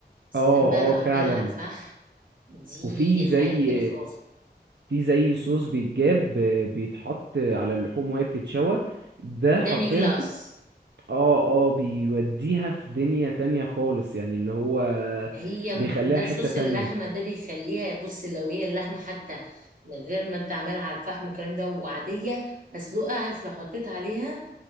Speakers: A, on the right (about 50°); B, on the right (about 80°).
A: سلام
B: أه أه
A: بقى لو عمال
B: فعلا
A: على الفحم دي
B: وفي زي
A: حاجه كده خرافه
B: في زي صوص بيتجاب آه، بيتحط على اللحوم وهي بتتشوى ده
A: دامي
B: حرفيا
A: جلاس
B: بي... اه اه بيوديها في دنيا تانية خالص يعني اللي هو
A: هي م-
B: بيخليها
A: ده
B: حتة
A: صوص
B: تانية
A: اللحمه ده بيخليها بص لو هي اللحمه حتى من غير ما انت عاملها على الفحم والكلام ده وعاديه مسلوقه عارف لو حطيت عليها